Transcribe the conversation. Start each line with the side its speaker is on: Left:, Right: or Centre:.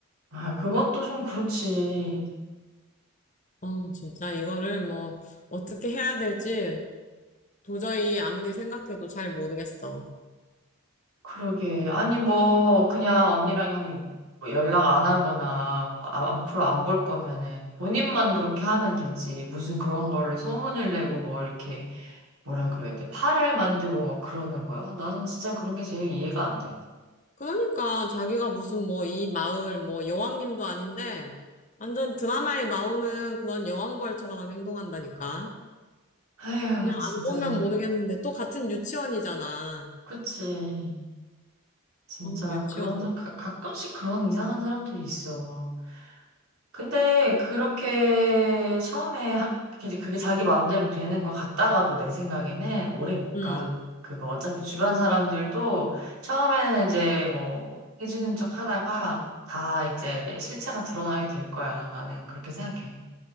Right: 아 그것도 좀 그렇지
Left: 어, 진짜 이거를 뭐 어떻게 해야 될지 도저히 아무리 생각해도 잘 모르겠어.
Right: 그러게. 아니, 뭐, 그냥 언니랑 형뭐 연락 안 하거나, 뭐 아- 앞으로 안 볼 거면은, 본인만 그렇게 하면 되지. 무슨 그런 거를 소문을 내고, 뭐, 이렇게, 뭐라 그래야 돼. 팔을 만들고 막 그러는 거야. 나는 진짜 그런 게 제일 이해가 안 돼.
Left: 그러니까 자기가 무슨 뭐 이 마을 뭐 여왕님도 아닌데 완전 드라마에 나오는 그런 여왕벌처럼 행동한다니까.
Right: 아휴,
Left: 그냥
Right: 진짜.
Left: 안 보면 모르겠는데 또 같은 유치원이잖아.
Right: 그치. 진짜,
Left: 어, 유치원.
Right: 그런, 사- 가, 가끔씩 그런 이상한 사람들이 있어. 근데 그렇게 처음에 학, 그게 그게 자기 마음대로 되는 것 같다가도 내 생각에는 오래 못
Left: 음,
Right: 가. 그거 어차피 주변 사람들도 처음에는 이제 뭐 호응해주는 척 하다가 다 이제 실체가 드러나게 될 거야. 나는 그렇게 생각해.